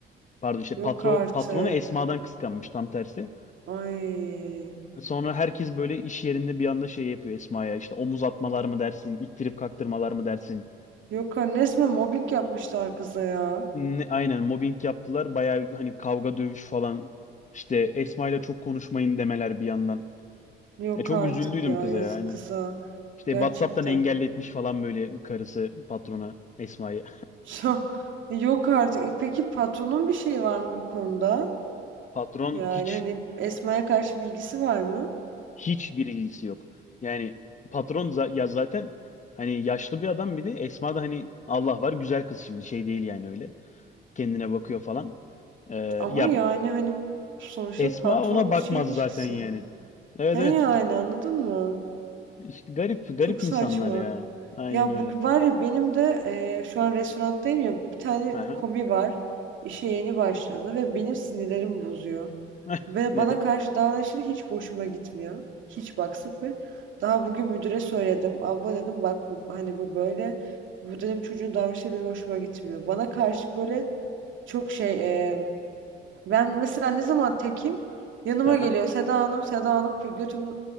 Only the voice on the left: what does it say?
Pardon işte
patro,
patronu Esma'dan kıskanmış tam tersi.
Sonra herkes böyle iş yerinde bir anda şey yapıyor Esma'ya işte omuz atmalar mı dersin, ittirip kaktırmalar mı dersin,
Ne- aynen mobbing yaptılar. Bayağı hani kavga dövüş falan. İşte Esma ile çok konuşmayın demeler bir yandan.
Ya çok
üzüldüydüm
kıza
ya aynen.
İşte
WhatsApp'tan engelletmiş falan böyle karısı patrona Esma'yı.
<laughs> Patron
hiç
hiç bir ilgisi yok. Yani patron za- ya zaten hani yaşlı bir adam bir de Esma da hani Allah var güzel kız şimdi şey değil yani öyle. Kendine bakıyor falan. Ee,
ya
Esma
ona bakmaz
zaten yani. Evet
evet
İşte garip garip
insanlar
ya. Aynen
öyle.
Aha.
<laughs>
Neden?
Aha.